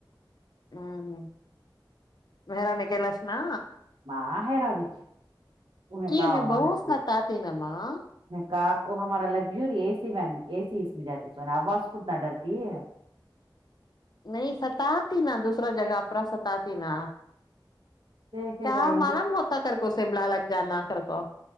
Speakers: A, on the left (about 55°); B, on the right (about 80°).
A: ہاں ہوں مران کےلاس نا
B: ماں حیرا بچ ان
A: کی
B: کہا
A: بہت
B: نتی
A: ستاتی نا ماں
B: کاا وہ ہمارا لگژوری اے سی و اے سی اس میں جاتی س آواز کتنا ڈرتی ہے
A: نہیں ستاتی نا دوسرا جگہ پرا ستاتی نا
B: دیکھے
A: کیا
B: جائے
A: معالم ہوتا کر کو سبلہ لگ جانا کر کو